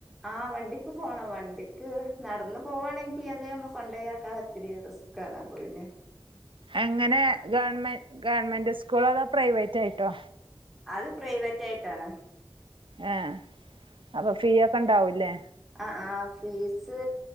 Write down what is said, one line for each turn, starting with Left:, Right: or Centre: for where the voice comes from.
Centre: ആഹ് വണ്ടിക്ക് പോണം വണ്ടിക്ക് നടന്ന് പോവാണെങ്കിൽ അന്ന് നമ്മ കൊണ്ടയാക്കാം ഒത്തിരി റിസ്.. കാണാ പോരുന്ന
Right: എങ്ങനെ ഗവൺമെന്റ് ഗവൺമെന്റ് സ്കൂളോ അതോ പ്രൈവറ്റ് ആയിട്ടോ
Centre: അത് പ്രൈവറ്റ് ആയിട്ടാണ്.
Right: ഏ അപ്പൊ ഫീ ഒക്കെ ഉണ്ടാവുംല്ലേ
Centre: ആ ആ ഫീസ്